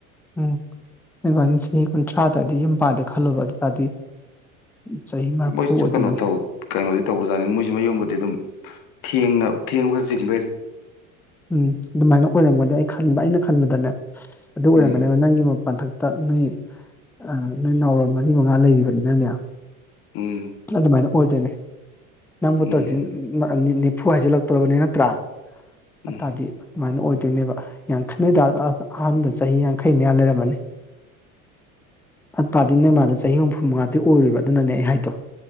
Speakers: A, in the centre; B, on the left.
A: ꯎꯝ ꯅꯣꯢꯕꯥꯅ ꯆꯍꯤ ꯀꯨꯟꯊ꯭ꯔꯥꯗ ꯑꯗꯥ ꯌꯨꯝ ꯄꯥꯜꯂꯦ ꯈꯜꯂꯣꯕ ꯑꯗꯨꯇꯥꯔꯗꯤ ꯆꯍꯤ ꯃꯔꯐꯨ
B: ꯃꯣꯏꯁꯨ
A: ꯑꯣꯢꯗꯣꯢꯅꯦ
B: ꯀꯩꯅꯣ ꯇꯧ ꯀꯩꯅꯣꯗꯤ ꯇꯧꯕꯖꯥꯠꯅꯤ ꯃꯣꯏꯁꯨ ꯃꯌꯨꯝꯕꯨꯗꯤ ꯑꯗꯨꯝ ꯊꯦꯡꯅ ꯊꯦꯡꯕ ꯆꯤꯡꯗꯣꯏꯅꯦ
A: ꯎꯝ ꯑꯗꯨꯃꯥꯏꯅ ꯑꯣꯏꯔꯝꯒꯅꯤ ꯑꯩ ꯈꯟꯕ ꯑꯩꯅ ꯈꯟꯕꯗꯅꯦ ꯑꯗꯨ ꯑꯣꯏꯔꯝꯒꯅꯦꯕ
B: ꯎꯝ
A: ꯅꯪꯒꯤ ꯃꯊꯛ ꯇꯥ ꯅꯣꯏ ꯑꯥ ꯅꯣꯏ ꯅꯥꯎꯔꯣꯟ ꯃꯔꯤ ꯃꯉꯥ ꯂꯩꯔꯤꯕꯅꯤꯅꯅꯦ
B: ꯎꯝ
A: ꯑꯗꯨꯃꯥꯏꯅ ꯑꯣꯏꯗꯣꯏꯅꯦ ꯅꯪꯕꯨ
B: ꯎꯝ
A: ꯇꯧꯖꯤꯟ ꯑꯥ ꯅꯤꯐꯨ ꯍꯥꯏꯖꯤꯜꯂꯛꯇꯣꯔꯕꯅꯦ ꯅꯠꯇ꯭ꯔꯥ
B: ꯎꯝ
A: ꯑꯥꯇꯥꯗꯤ ꯑꯗꯨꯃꯥꯏꯅ ꯑꯣꯏꯗꯣꯏꯅꯦꯕ ꯌꯥꯡꯈꯩ ꯅꯣꯏꯗꯥꯜ ꯑꯥ ꯑꯍꯥꯟꯕꯗ ꯆꯍꯤ ꯌꯥꯡꯈꯩ ꯃꯌꯥ ꯂꯩꯔꯝꯃꯅꯤ ꯑꯠ ꯇꯥꯗꯤ ꯅꯣꯢ ꯃꯥꯗꯣ ꯆꯍꯤ ꯍꯨꯝꯐꯨ ꯃꯉꯥꯗꯤ ꯑꯣꯏꯔꯣꯢꯕ ꯑꯗꯨꯅꯅꯦ ꯑꯩ ꯍꯥꯏꯗꯣ